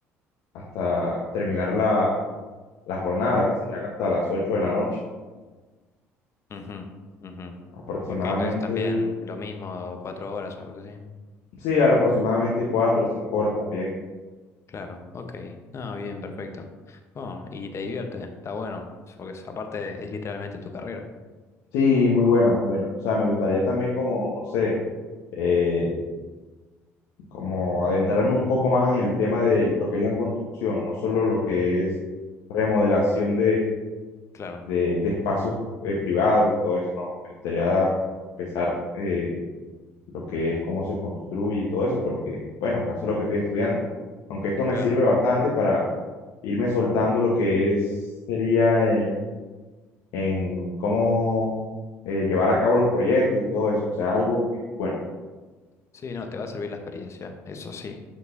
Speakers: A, on the left (about 70°); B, on the left (about 40°).
A: hasta terminar la, la jornada, que serían hasta las ocho de la noche.
B: Ujú, ujú.
A: Aproximadamente,
B: Ok, entonces también lo mismo, cuatro horas, una cosa así.
A: sí, al- aproximadamente cuatro o cinco horas también.
B: Claro, ok. Ah, bien, perfecto. Bueno, y te divierte, está bueno, porque es- aparte es literalmente tu carrera.
A: Sí, muy buena, muy buena. O sea, me gustaría también como, no sé, eh, como adentrarme un poco más en el tema de lo que es la construcción, no solo lo que es remodelación
B: Claro,
A: de, de espacios eh, privados y todo eso, no. Me gustaría
B: mm,
A: empezar eh, lo que es cómo se construye y todo eso, porque, bueno, para eso es lo que estoy estudiando. Aunque esto me
B: claro.
A: sirve bastante para irme soltando lo que es, sería eh, en cómo eh, llevar a cabo los proyectos y todo eso. O sea, es algo muy bueno.
B: Sí, no, te va a servir la experiencia, eso sí.